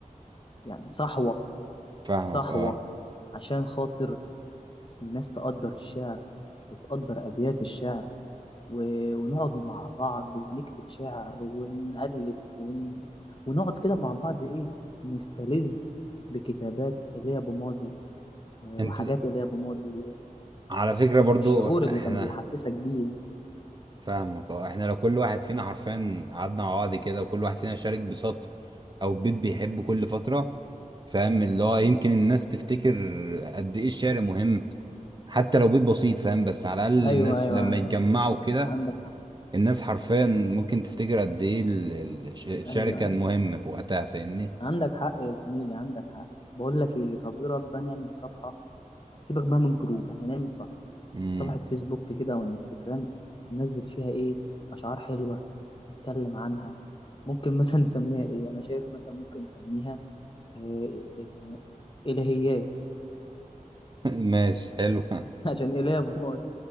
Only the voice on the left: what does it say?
يعني صحوة
صحوة
عشان خاطر الناس تقدر الشعر وتقدر ابيات الشعر و... ونقعد مع بعض ونكتب شعر ونألف ون... ونقعد كده مع بعض ايه نستلذ بكتابات ايليا ابو ماضي و-
وحاجات ايليا ابو ماضي و...
والشعور
اللي كان بيحسسك بيه
ايوه
ايوه
ايوه
عندك حق
ايوه
ايوه
عندك حق يا زميلي عندك حق بقول لك ايه طب ايه رايك بقى نعمل صفحه سيبك بقى من الجروب احنا نعمل صفحه
صفحه فيسبوك كده وانستجرام ننزل فيها ايه اشعار حلوه نتكلم عنها ممكن <laughs> مثلا نسميها ايه انا شايف مثلا ممكن نسميها إيه إيه الهيات
<laughs> عشان اله يا ابو مات